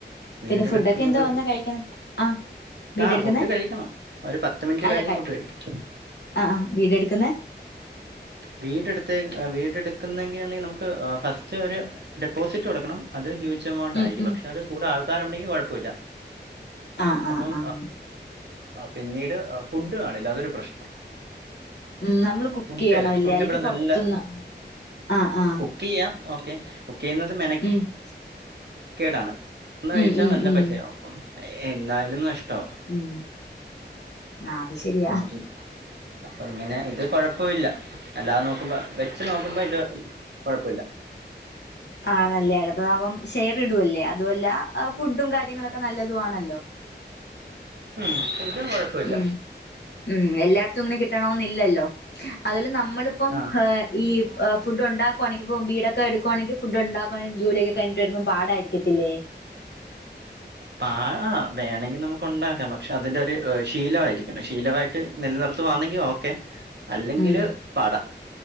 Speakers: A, on the right; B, on the left.
A: വീടെടുക്കുന്നത്
B: പിന്നെ ഫുഡൊക്കെ എന്താ വന്നാ കഴിക്കാൻ ആഹ് വീഡിയോ
A: ആഹ്
B: എടുക്കുന്നേ
A: ഫുഡ് കഴിക്കണം ഒരു പത്ത് മിനിറ്റ്
B: അല്ല
A: കഴിഞ്ഞ് ഫുഡ് കഴിക്കും
B: ആഹ് വീഡിയോ എടുക്കുന്ന
A: വീടെടുത്ത് വീടെടുക്കുന്നതെങ്കിൽ ആന്നെങ്കിൽ നമുക്ക് ഫസ്റ്റ് ഒരു ഡെപ്പോസിറ്റ് കൊടുക്കണം അത് ഹ്യൂജ് എമൗണ്ട്
B: ഉം
A: ആയിരിക്കും
B: ഉം
A: പക്ഷെ അത് കൂടെ ആൾക്കാരുണ്ടെങ്കിൽ കുഴപ്പമില്ല
B: ആഹ് ആഹ്
A: അപ്പം
B: ആഹ്
A: പിന്നീട് ഫുഡ് കാണില്ലാതൊരു പ്രശ്നം
B: ഉം നമ്മള് കുക്ക്
A: ഫുഡ്
B: ചെയ്യണല്ലേ
A: ഫുഡ്
B: അല്ലെങ്കിൽ
A: ഇവിടെ
B: പൊറത്തുന്ന്
A: നല്ല
B: ആഹ് ആഹ്
A: കുക്ക് ചെയ്യാം ഓക്കെ കുക്ക് ചെയ്യുന്നത് മെനെ
B: ഉം
A: കേടാണ് ഒന്ന് കഴിച്ചാൽ
B: ഉം ഉം
A: നല്ല
B: ഉം
A: പശയാവും അ എന്നാലും നഷ്ടമാ
B: ഉം ആ അത് ശരി
A: അപ്പം അപ്പൊ ഇങ്ങനെ ഇത് കുഴപ്പില്ല അല്ലാതെ നോക്കുമ്പോ വെച്ച് നോക്കുമ്പോ ഇത് കുഴപ്പമില്ല
B: <unintelligible> ഷെയർ ഇടുല്ലേ അതുല്ല ഫുഡും കാര്യങ്ങളൊക്കെ നല്ലതു ആണല്ലോ
A: ഉം ഫുഡും കൊഴപ്പല്ല
B: ഉം ഉം എല്ലായിടത്തും ഇങ്ങനെ കിട്ടണന്നല്ലല്ലോ അതുപലെ നമ്മളിപ്പം
A: ആ
B: ഈ ഫുഡ് ഉണ്ടാക്കുവാണെങ്കിൽ ഇ വീടൊക്കെ എടുക്കുവാണെങ്കിൽ ഫുഡ് ഉണ്ടാക്കുകയാണെങ്ക ജോലിയൊക്കെ കഴിഞ്ഞിട്ട് വരുമ്പോ പാടായിരിക്കല്ലേ
A: പാ വേണമെങ്കിൽ നമുക്ക് ഉണ്ടാക്കാം പക്ഷെ അതിന്റെ ഒരു ശീലമായിരിക്കണം ശീലമായിട്ട് നിലനിർത്തുവാന്നെങ്ക ഓക്കെ അല്ലെങ്കില്
B: ഉം
A: പട